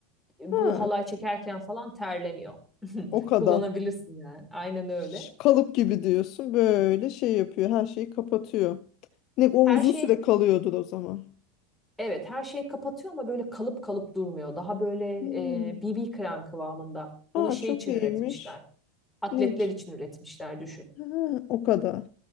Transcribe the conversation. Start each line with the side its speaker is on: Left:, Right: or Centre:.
Centre: bu
Left: Ha.
Centre: halay çekerken falan terlemiyor. <laughs>
Left: O kadar.
Centre: Kullanabilirsin yani. Aynen
Left: Ş-
Centre: öyle.
Left: Kalıp gibi diyorsun. Böyle şey yapıyor. Her şeyi kapatıyor. Ne o
Centre: Her
Left: uzun
Centre: şey
Left: süre kalıyordur o zaman.
Centre: evet her şeyi kapatıyor ama böyle kalıp kalıp durmuyor. Daha böyle
Left: Hmm.
Centre: e, BB krem kıvamında.
Left: Aa
Centre: Bunu şey
Left: çok
Centre: için
Left: iyiymiş.
Centre: üretmişler. Atletler
Left: Niç.
Centre: için üretmişler düşün.
Left: Ha, o kadar.